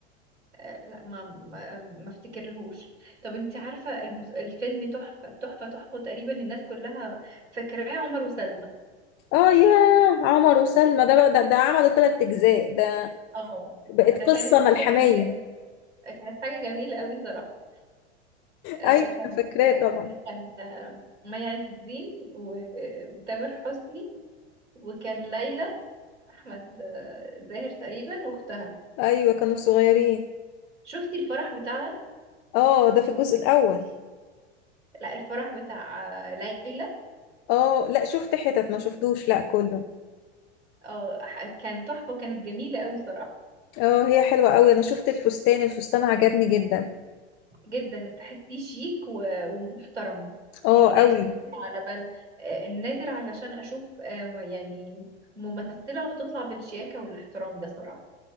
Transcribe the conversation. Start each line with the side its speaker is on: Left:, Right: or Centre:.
Right: آه لا ما ما, ما افتكرلهوش طب انت عارفة المس- الفيلم تحفة تحفة تحفة تقريبا الناس كلها فاكراه عمر وسلمى
Left: اه يا عمر وسلمى ده بقى ده, ده عملوا ثلاث اجزاء ده
Right: اه
Left: بقت
Right: ده كانت
Left: قصه ملحميه
Right: حاجة جميلة أوي- كانت حاجة جميلة قوي صراحة آه،
Left: ايوه
Right: كان
Left: أنا فاكراه
Right: آه،
Left: طبعا
Right: كان آه، مي عز الدين و- وتامر حسني وكان ليلى احمد آه، زاهر تقريبا واختها
Left: ايوه كانوا صغيرين
Right: شفتي الفرح بتاعها
Left: اه ده في الجزء الاول
Right: لا الفرح بتاع آه، ليلى
Left: اه لا شفت حتت ما شفتوش لا كله
Right: اه ح- كان تحفه وكانت جميله قوي صراحه
Left: اه هي حلوه قوي انا شفت الفستان الفستان عجبني جدا
Right: جدا تحسيه شيك و- ومحترم يعني
Left: اه
Right: نادر
Left: قوي
Right: على بل آه، نادر علشان اشوف آه، يعني ممثله وتطلع بالشياكه والاحترام ده صراحه